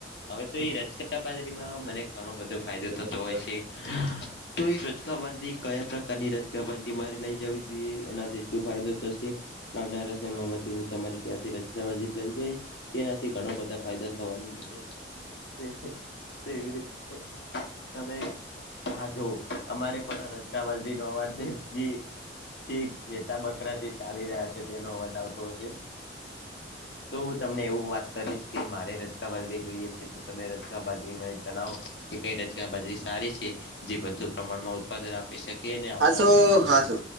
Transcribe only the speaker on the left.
હવે તો એ રજગ બાજરીમાં મને ઘણો બધો
ફાયદો થતો હોય છે તો- - રકાતી કયા પ્રકારની રજગાવાતી બહરે લઈ જવી જોઈએ એનાથી શું ફાયદો થશે? આવનારા સમય માં હું તમારી ત્યાંથી ર- - લઈ જઈ તેનાથી ઘણ બધા ફાયદા થવાની મ- - તો એવી રીતે તમે- - હા જોવ અમારે પણ રજગવાલજી નો અવાજે- - છેક ઘેતા બકરા જે- - ચાલી રહ્યા છે તેનો વધાવતો છે તો હું તમને એવું વાત કરીશ- - કે મારે રજગા બાાદરી જોઈએ છે તો તમે રજગા બાાદરી મને જણાવો? કઈ રજગ બાજરી સારી છે જે વધુ પ્રમાણમાં ઉત્પાદન આપ- - આપ શકીએ ને આવનારા
સમયમાં